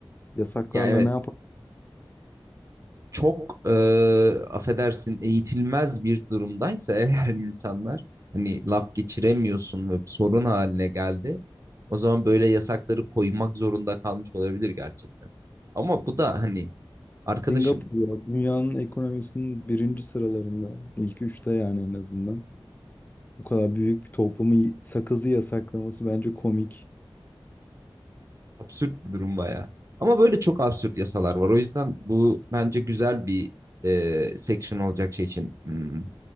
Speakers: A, on the left; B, on the right.
A: Yasaklarla
B: Ya evet
A: ne yapar?
B: çok e, affedersin eğitilmez bir durumdaysa <laughs> eğer insanlar hani laf geçiremiyorsun ve sorun haline geldi. O zaman böyle yasakları koymak zorunda kalmış olabilir gerçekten. Ama bu da hani arkadaşım
A: Singapur ya dünyanın ekonomisinin birinci sıralarında. ilk üçte yani en azından. Bu kadar büyük bir toplumun y- sakızı yasaklaması bence komik.
B: Absürt bir durum bayağı. Ama böyle çok absürt yasalar var. O yüzden bu bence güzel bir e, section olacak şey için. hmm,